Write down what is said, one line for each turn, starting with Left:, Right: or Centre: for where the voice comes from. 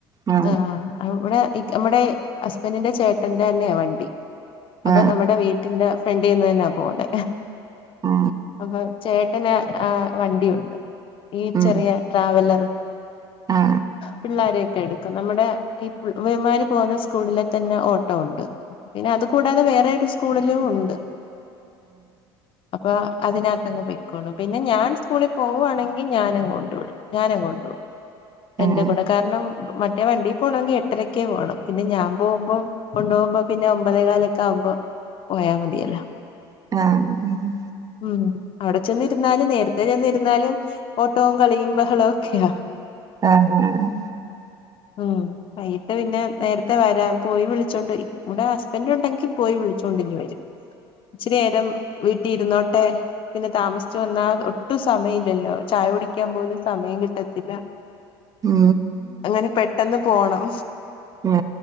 Right: ആ
Left: ആഹ് ഇവിടെ ഇവടെ ഹസ്ബന്റിന്റെ ചേട്ടന്റെ തന്നെയാ വണ്ടി അപ്പൊ
Right: ആ
Left: നമ്മടെ വീട്ടിന്റെ ഫ്രണ്ടിന്ന് തന്നാ പോന്നെ
Right: ആ
Left: അപ്പൊ ചേട്ടന് ആഹ് വണ്ടിയുണ്ട് ഈ
Right: ആ
Left: ചെറിയ ട്രാവലർ
Right: ആ ആ
Left: പിള്ളോരെയൊക്കെ എട് നമ്മടെ ഈ <unintelligible> പോകുന്ന സ്കൂളിലെ തന്നെ ഓട്ടോ ഉണ്ട്. പിന്നെ അത് കൂടാതെ വേറെരു സ്കൂളിലും ഉണ്ട് അപ്പൊ അതിനകത്തങ്ങ് പൊയിക്കോളും പിന്നെ ഞാൻ സ്കൂളിൽ പോവാണെങ്കിൽ ഞാനും കൊണ്ട്‌ വിടും ഞാനും കൊണ്ടോവും എന്റെ
Right: ആ ആ
Left: കൂടെ കാരണം മ മറ്റേ വണ്ടിൽ പോണോങ്കിൽ എട്ടരക്കേ പോണം പിന്നെ ഞാൻ പോകുമ്പോ കൊണ്ടോകുമ്പോ പിന്നെ ഒമ്പതേ കാലൊക്കെ ആകുമ്പോ പോയാ മതിയല്ലോ
Right: ആഹ് മ്
Left: ഉമ് അവിടെ ചെന്നി ഇരുന്നാലും നേരത്തെ ചെന്നിരുന്നാലും ഓട്ടോ കളിയും ബഹളോക്കെയാ
Right: ആഹ് ആഹ്
Left: ഉമ് വൈകട്ട് പിന്നെ നേരത്തെ വരാൻ പോയി വിളിച്ചോണ്ട് ഇവിടെ ഹസ്ബൻന്റ് ഉണ്ടെങ്കി പോയി വിളിച്ചോണ്ടിങ്ങ് വരും ഇച്ചിരി നേരം വീട്ടിൽ ഇരുന്നോ ട്ടെ പിന്നെ താമസിച്ചു വന്നാ ഒട്ടും സമയം ഇല്ലല്ലോ ചായ കുടിക്കാൻ പോലും സമയം കിട്ടത്തില്ല
Right: ഉം,
Left: അങ്ങനെ പെട്ടൊന്ന് പോണം.
Right: ആ,